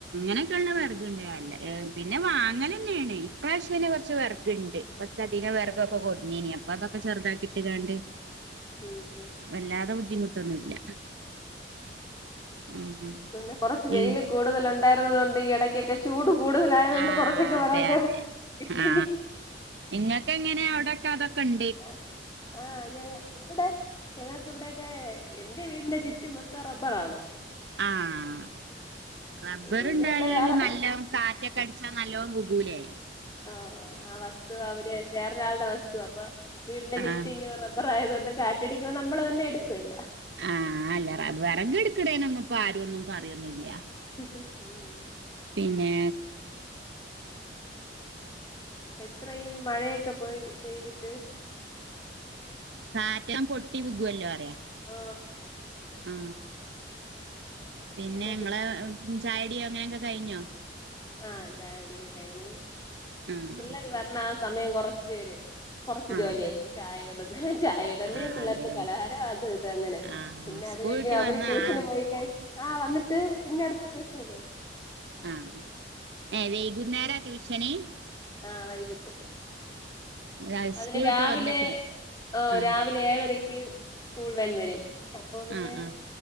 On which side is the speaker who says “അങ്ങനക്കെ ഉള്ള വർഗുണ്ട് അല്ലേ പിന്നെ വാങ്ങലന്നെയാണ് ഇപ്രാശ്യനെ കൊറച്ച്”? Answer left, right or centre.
Right